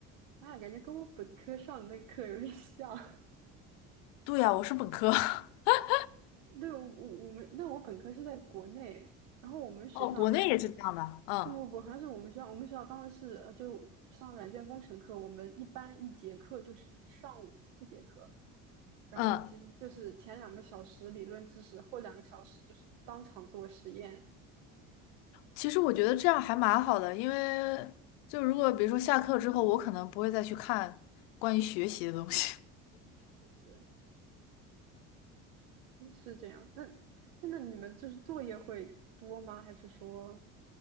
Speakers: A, on the right; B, on the left.
A: 妈呀，感觉跟我本科上的那个课有点像。<laughs>
B: 对呀，我是本科。<laughs>
A: 对，我我们，那我本科是在国内，然后我们学校
B: 哦，国内也是这样的。嗯
A: 不不不，好像是我们学校，我们学校当时是呃就上软件工程课，我们一般一节课就是一上午四节课，然后其实就是前两个小时理论知识，
B: 嗯，
A: 后两个小时就是当场做实验，
B: 其实我觉得这样还蛮好的，因为就如果比如说下课之后，我可能不会再去看关于学习的东西，
A: 确实。是这样。那那那你们就是作业会多吗？还是说